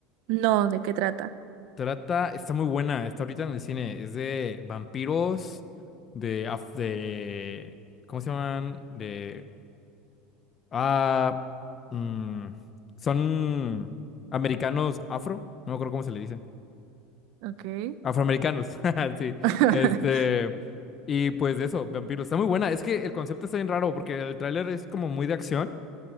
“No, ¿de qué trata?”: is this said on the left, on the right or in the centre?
Right